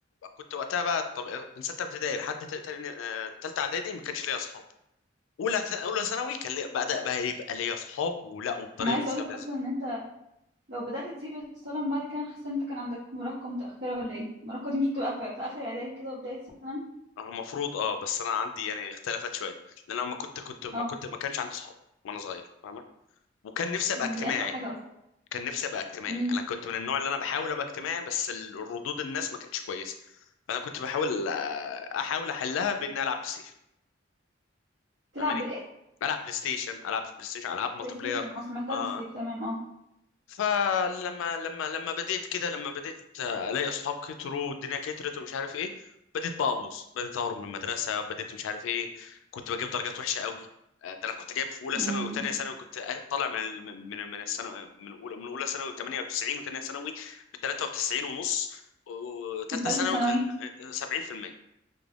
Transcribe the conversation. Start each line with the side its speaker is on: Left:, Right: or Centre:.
Left: كنت وقتها بقى طب من سته ابتدائي لحد ت- تاني- آه، تالته اعدادي ما كانش ليا اصحاب اولى ث- اولى ثانوي كان لي بدا بقى يبقى ليا اصحاب ولا وبطريقه
Right: انا عايزه
Left: مستفزه
Right: اقولك اصلا ان انت لو بدأت تسيب الصلاة من بعد كده أنا حاسة ان انت كان عندك مراهقة متأخرة ولا ايه المراهقة دي مش بتبقى في, في اخر اعدادي كده وبداية ثانوي
Left: آه، المفروض اه بس انا عندي يعني اختلفت شويه لان انا ما كنت كنت ما
Right: اه
Left: كنت ما كانش عندي اصحاب وانا صغير فاهمه وكان نفسي ابقى اجتماعي
Right: دي اسوأ حاجة اصلا
Left: كان نفسي ابقى اجتماعي
Right: امم
Left: انا كنت من النوع اللي انا بحاول ابقى اجتماعي بس ال- الردود الناس ما كانتش كويسه فانا كنت بحاول آه، احاول احلها باني العب بلاي ستيشن
Right: تلعب
Left: فاهماني
Right: بالايه
Left: بلعب بلاي ستيشن العاب بلاي ستيشن العاب مالتي
Right: بلاي ستيشن
Left: بلاير
Right: اه سمعتها
Left: اه
Right: بالسيف تمام اه
Left: فلما لما لما بديت كده لما بديت آه، الاقي اصحاب كتروا والدنيا كترت ومش عارف ايه بديت بقى ابوظ بديت اهرب من المدرسه بديت مش عارف ايه كنت بجيب درجات وحشه قوي آه، ده انا كنت جايب في اولى
Right: امم
Left: ثانوي وثانيه ثانوي كنت آه، طالع من ال- من من الثانوي من اولى من اولى ثانوي ب 98 وثانيه ثانوي ب 93 ونص وثالثه
Right: تالتة
Left: ثانوي
Right: ثانوي
Left: كان 70%